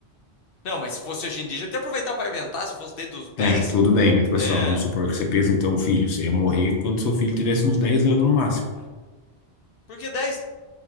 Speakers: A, on the left; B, on the left.
A: Não, mas se fosse hoje em dia, já até aproveitar pra inventar, se fosse desde os dez
B: É, tudo bem, mas tipo
A: É.
B: assim, ó, vamos supor que você pensa em ter um filho. Você ia morrer quando seu filho tivesse uns dez anos no máximo.
A: Por que 10?